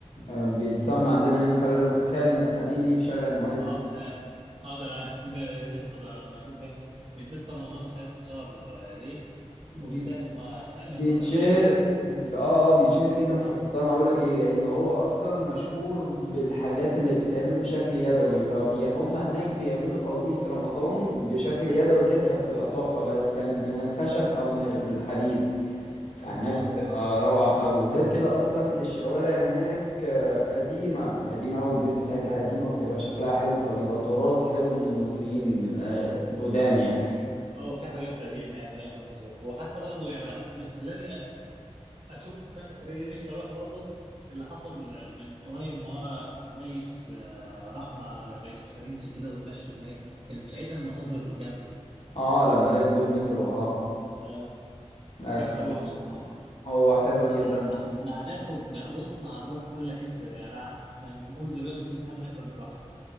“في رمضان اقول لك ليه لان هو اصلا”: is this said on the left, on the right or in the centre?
Left